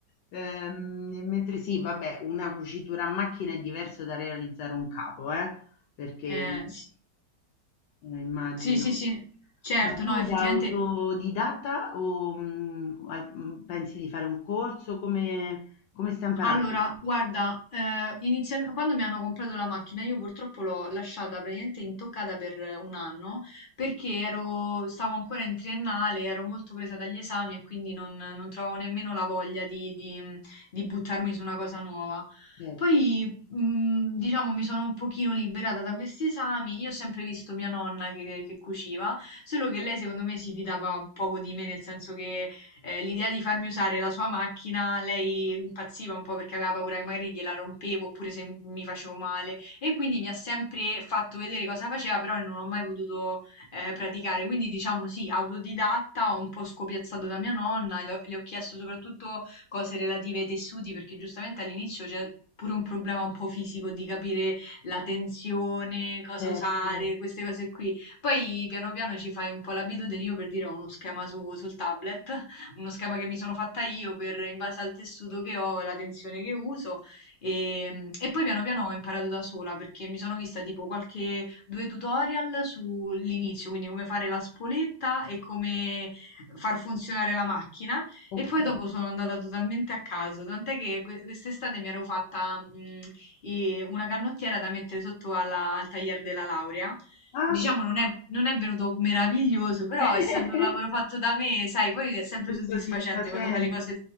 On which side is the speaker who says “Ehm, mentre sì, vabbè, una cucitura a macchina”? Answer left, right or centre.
Left